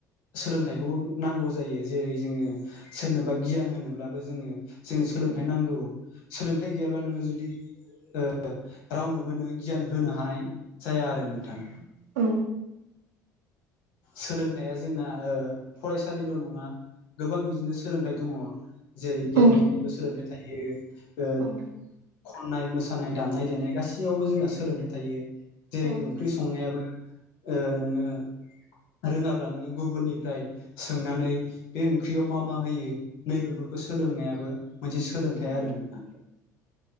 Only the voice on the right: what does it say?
औ
औ
औ
औ
औ
औ